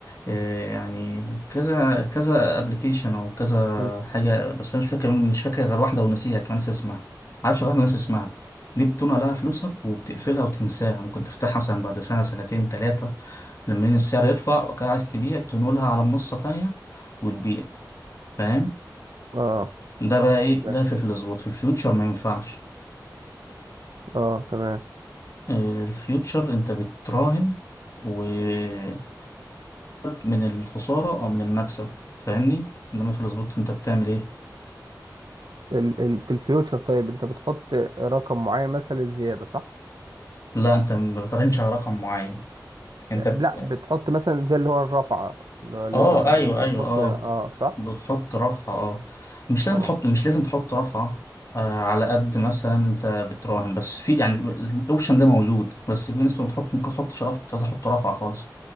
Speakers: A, on the left (about 45°); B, on the right (about 75°).
A: آه، يعني كذا كذا ابلكيشن او كذا
B: مم.
A: حاجه بس انا مش فاكر مش فاكر غير واحده ونسيها كمان ناسي اسمها معرفش غير واحده وناسي اسمها دي بتنقل لها فلوسك وبتقفلها وتنساها ممكن تفتحها مثلا بعد سنه سنتين ثلاثه لما السعر
B: مم.
A: يرفع وكده عايز تبيع تنقلها على منصه تانية وتبيع فاهم
B: اه
A: ده بقى ايه
B: تمام.
A: ده في الظبط في الفيوتشر ما ينفعش
B: اه تمام
A: الفيوتشر انت بتراهن وبتكسب من الخسارة او من المكسب فاهمني انما في السبوت انت بتعمل ايه
B: ال ال في الفيوتشر طيب انت بتحط رقم معين مثلا للزياده صح
A: لا انت ما بتراهنش على رقم معين انت
B: لا
A: ب...
B: بتحط مثلا زي اللي هو الرفعه اللي هو الليفرج
A: اه
B: ده
A: ايوه
B: انت بتحط
A: ايوه اه
B: اه صح
A: بتحط رفعة اه مش
B: اه
A: لازم تحط مش لازم تحط رفعة آه على قد مثلا انت بتراهن بس في يعني الاوبشن ده موجود بس في ناس بتحط ممكن تحط شرف مش عايز احط رفعة خالص